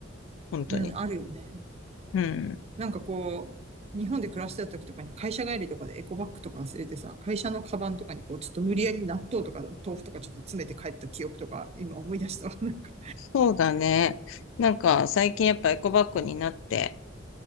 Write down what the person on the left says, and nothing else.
本当に。
うん。
そうだね。なんか最近やっぱエコバッグになって、